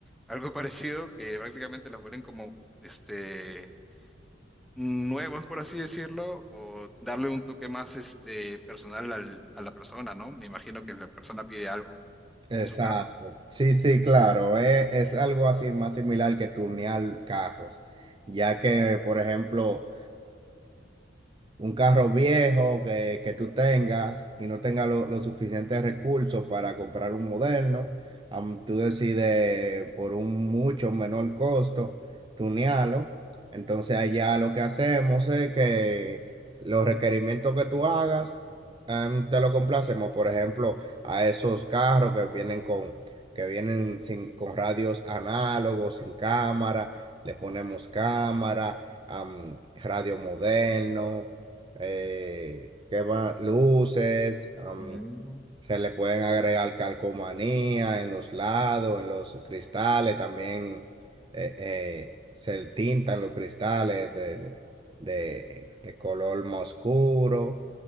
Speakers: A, in the centre; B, on the right.
A: algo <laughs> parecido que prácticamente los vuelven como este nuevos, por así decirlo, o darle un toque más este, personal al- a la persona, ¿no? Me imagino que la persona pide algo
B: Exacto.
A: en su carro.
B: Sí, sí, claro. Es, es algo así más similar que tunear carros, ya que, por ejemplo, un carro viejo que, que tú tengas y no tengas lo- los suficientes recursos para comprar un moderno, am, tú decides por un mucho menor costo tunearlo. Entonces allá lo que hacemos es que los requerimientos que tú hagas, te lo complacemos, por ejemplo, a esos carros que vienen con, que vienen sin, con radios análogos, sin cámara, le ponemos cámara, am, radio moderno, eh, ¿qué más? Luces, am,
A: Mm.
B: se le pueden agregar calcomanía en los lados, en los cristales, también eh, eh, se tintan los cristales de, de, de color más oscuro.